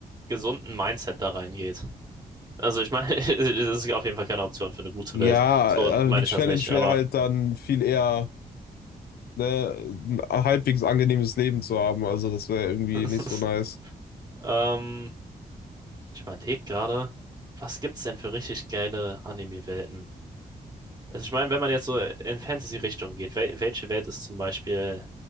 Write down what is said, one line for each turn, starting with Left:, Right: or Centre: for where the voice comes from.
Right: gesunden Mindset da reingeht. Also ich meine, <laughs> es ist auf jeden Fall keine Option für eine gute
Left: Ja,
Right: Welt. So
Left: also
Right: meine
Left: die
Right: ich
Left: Challenge
Right: das nicht, aber
Left: wäre halt dann viel eher. ne, ein halbwegs angenehmes Leben zu haben. Also das wäre irgendwie
Right: <laughs>
Left: nicht so nice.
Right: ähm, Ich überlege gerade, was gibt's denn für richtig geile Anime-Welten? Also ich meine, wenn man jetzt so in Fantasy-Richtung geht, wel welche Welt ist zum Beispiel